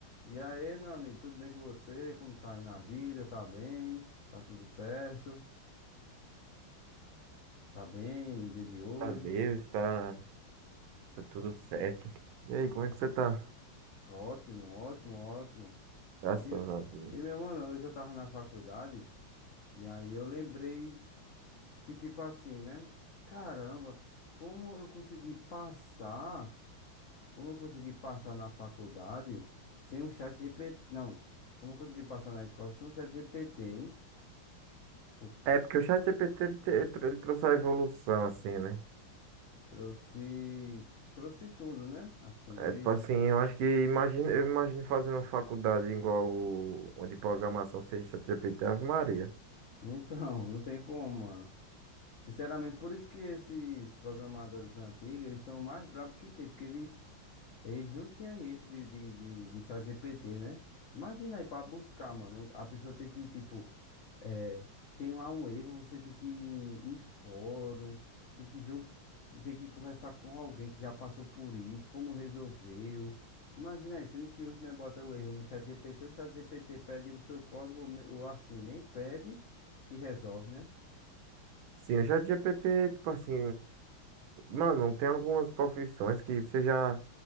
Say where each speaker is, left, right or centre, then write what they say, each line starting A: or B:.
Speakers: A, on the left; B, on the right.
A: E aí, meu amigo, tudo bem com você? Como tá aí na vida? Tá bem? Tá tudo certo? Tá bem no dia de hoje?
B: a Deus, tá, tá tudo certo. E aí, como é que você tá?
A: Tá Ótimo, ótimo, ótimo.
B: Graças
A: E,
B: a Deus.
A: e meu mano, hoje eu tava na faculdade e aí eu lembrei que, tipo assim, né? Caramba, como eu consegui passar? Como eu consegui passar na faculdade sem um chat GPT? Não, como eu consegui passar na escola sem um chat GPT, hein? Porque
B: É, porque o ChatGPT, ele, te- ele, trou- ele trouxe a evolução, assim, né?
A: trouxe, trouxe tudo, né? Assim,
B: É,
A: ele.
B: tipo assim, eu acho que, imagino, eu imagino fazendo faculdade igual o, o de programação sem ChatGPT, Ave Maria.
A: Então, não tem como, mano. Sinceramente, por isso que esses programadores antigos, eles são o mais brabos que tem, porque eles eles não tinham isso de, de, de, de chat GPT, né? Imagina aí pra buscar, mano. A pessoa tem que, tipo, é, tem lá um erro, você tem que ir em, em fórum, tem que ver, o- tem que conversar com alguém que já passou por isso, como resolveu. Imagina aí, sendo que hoje nós bota o erro no chat GPT, o chat GPT pede o seu código, ou me- ou assim, nem pede e resolve, né?
B: Sim, o ChatGPT, tipo assim, mano, tem algumas profissões que você já...